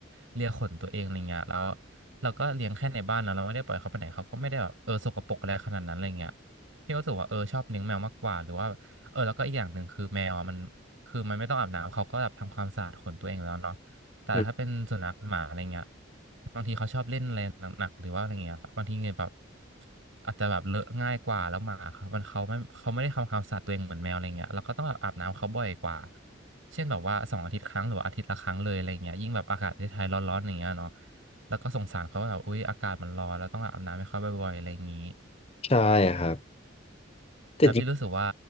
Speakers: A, on the right (about 75°); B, on the left (about 30°).
A: เลียขนตัวเองอะไรเงี้ยแล้วเราก็เลี้ยงแค่ในบ้านเนาะเราไม่ได้ปล่อยเขาไปไหนเขาก็ไม่ได้แบบเออสกปรกอะไรขนาดนั้นอะไรเงี้ยพี่ก็รู้สึกว่าเออชอบเลี้ยงแมวมากกว่าหรือว่าเออแล้วก็อีกอย่างหนึ่งคือแมวอะมันคือมันไม่ต้องอาบน้ำเขาก็แบบทำความสะอาดขนตัวเองแล้วเนาะ แต่ถ้าเป็นสุนัขหมาอะไรเงี้ย
B: อืม
A: บางทีเขาชอบเล่นอะไรหนักๆหรือว่าอะไรเงี้ยบางทีเงี้ยแบบอาจจะแบบเลอะง่ายกว่าแล้วหมาครับมันเขาไม่เขาไม่ได้ทำความสะอาดตัวเองเหมือนแมวอะไรเงี้ยเราก็ต้องแบบอาบน้ำเขาบ่อยกว่าเช่นแบบว่าสองอาทิตย์ครั้งหรือว่าอาทิตย์ละครั้งเลยอะไรเงี้ยยิ่งแบบอากาศประเทศไทยร้อนๆอย่างเงี้ยเนาะแล้วก็สงสารเขาว่าแบบอุ๊ยอากาศมันร้อนแล้วต้องอาบน้ำให้เขาบ่อยๆอะไรอย่างงี้
B: ใช่ครับแต่จริง
A: แล้วพี่รู้สึกว่า